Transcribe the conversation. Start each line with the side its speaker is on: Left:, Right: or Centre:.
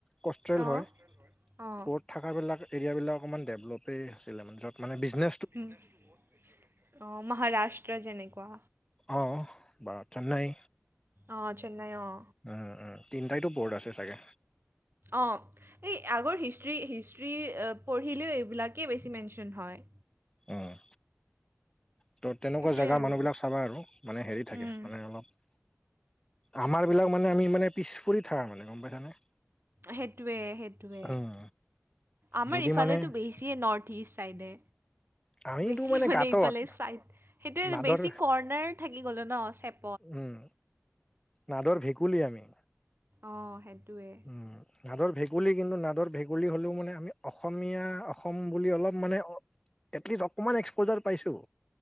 Left: কষ্ট্ৰেল
Right: অঁ
Left: হয়
Right: অঁ
Left: পো'ত থাকা বিলাক এৰিয়াবিলাক অকমান ডেভলপেই আছিলে য'ত মানে বিজনেছ
Right: উম অহ মহাৰাষ্ট্ৰ যেনেকুৱা
Left: অহ বা চেন্নাই
Right: অহ চেন্নাই অহ
Left: উম উম তিনটাইতো পোৰ্ড আছে চাগে
Right: অহ এই আগৰ হিষ্ট্ৰি হিষ্ট্ৰী পঢ়িলেও এইবিলাকেই বেছি মেনচন হয়
Left: উম তো তেনেকুৱা
Right: সেইটোৱে
Left: জাগা
Right: আৰু
Left: মানুহবিলাক চাবা আৰু মানে হেৰি থাকে
Right: উম,
Left: মানে অলপ আমাৰ বিলাক মানে আমি মানে পিছ পৰি থাকা মানে গম পাইছানে
Right: সেইটোৱে সেইটোৱে
Left: উম
Right: আমাৰ
Left: যদি
Right: এইফালেতো
Left: মানে
Right: বেছিয়ে নৰ্থ ইষ্ট ছাইডে
Left: আমিতো
Right: বেছি মানে
Left: গাঁতত
Right: ইফালে চাইড সেইটোৱে
Left: নাদৰ
Right: বেছি কৰ্ণাৰ থাকি গ'লে ন চেপ
Left: উম নাদৰ ভেকুলী আমি
Right: অহ সেইটোয়ে
Left: উম নাদৰ ভেকুলী কিন্তু নাদৰ ভেকুলী হ'লেও মানে আমি অসমীয়া অসম বুলি অলপ মানে এটলিষ্ট অকমান এক্সপোজাৰ পাইছো